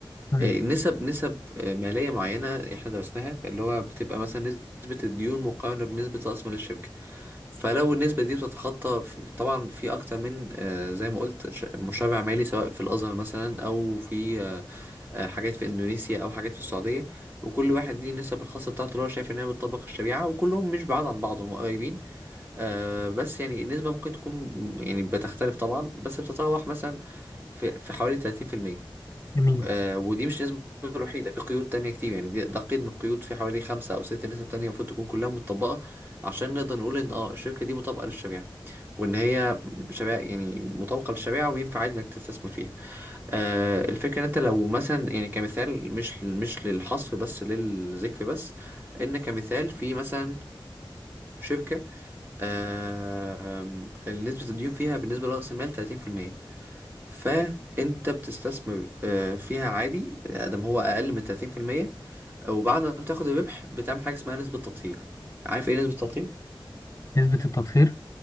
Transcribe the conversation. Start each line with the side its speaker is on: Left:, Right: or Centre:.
Left: تمام
Right: آه، نسب نسب آه، مالية معينة احنا درسناها اللي هو بتبقى مثلا نسبة الديون مقارنة بنسبة رأس مال الشركة فلو النسبة دي بتتخطى طبعا في أكتر من آه، زي ما قلت ش- مشرع مالي سواء في الأزهر مثلا أو في آه، آه، حاجات في إندونيسيا أو حاجات في السعودية وكل واحد ليه النسب الخاصة بتاعته اللي هو شايف إنها بتطبق الشريعة وكلهم مش بعاد عن بعض هم قريبين آه، بس يعني النسبة ممكن تكون يعني بتختلف طبعا بس بتتراوح مثلا في في حوالي 30%
Left: جميل
Right: آه ودي مش النسبة الوحيدة في قيود تانية كتير يعني دي ده قيد من القيود في حوالي خمسة أو ست نسب تانية المفروض تكون كلها متطبقة عشان نقدر نقول إن اه الشركة دي مطابقة للشريعة وإن هي شريعة يعني مطابقة للشريعة وينفع عادي إنك تستثمر فيها. آه الفكرة إن أنت لو مثلا يعني كمثال مش مش للحصر بس للذكر بس إن كمثال في مثلا شركة آه آم، نسبة الديون فيها بالنسبة لرأس المال 30% فانت بتستثمر آه، فيها عادي ادم هو اقل من 30% وبعد ما بتاخد الربح بتعمل حاجه اسمها نسبه تطهير عارف ايه نسبه التطهير
Left: نسبة التطهير